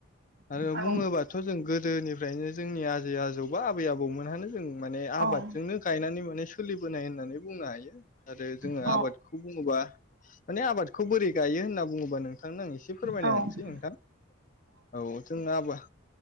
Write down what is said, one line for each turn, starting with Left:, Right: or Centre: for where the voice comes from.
Left: आरो
Right: औ
Left: बुङोबाथ' जों गोदोनिफ्रायनो जोंनि आजै आजौ बा आबै आबौमोनहानो जों माने आबादजोंनो
Right: औ
Left: गायनानै माने सोलिबोनाय होननानै बुंनो हायो आरो जोङो
Right: औ
Left: आबादखौ बुं ङोबा माने आबादखौ बोरै गायो होनना बुङोबा नोंथांनो आं एसे फोरमायना
Right: औ
Left: होनिसै नोंथां। औ <unintelligible>